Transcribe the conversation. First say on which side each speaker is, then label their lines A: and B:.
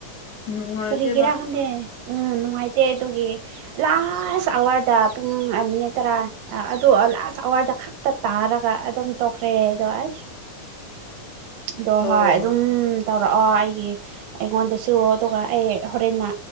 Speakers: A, on the left; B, on the right.
A: ꯅꯨꯡꯉꯥꯏꯇꯦꯕ
B: ꯀꯔꯤꯒꯤꯔꯥ ꯈꯪꯗꯦ ꯎꯝ ꯅꯨꯡꯉꯥꯏꯇꯦ ꯑꯗꯨꯒꯤ ꯂꯥꯁ ꯑꯋꯥꯔꯗ ꯄꯨꯡ ꯃꯤꯅꯤ ꯈꯛꯇꯔꯥ ꯑꯗꯨ ꯂꯥꯁ ꯑꯋꯥꯔꯗ ꯈꯥ ꯇ ꯇꯥꯔꯒ ꯑꯗꯨꯝ ꯇꯣꯛꯈ꯭ꯔꯦ ꯑꯗꯣ ꯑꯁ
A: <inaudible>
B: ꯑꯗꯣ
A: ꯑꯣ
B: ꯍꯣꯏ ꯗꯨꯝ ꯄꯨꯔꯛꯑꯣ ꯑꯩꯒꯤ ꯑꯩꯉꯣꯟꯗꯁꯨ ꯑꯗꯨꯒ ꯑꯩ ꯍꯣꯔꯦꯟꯅ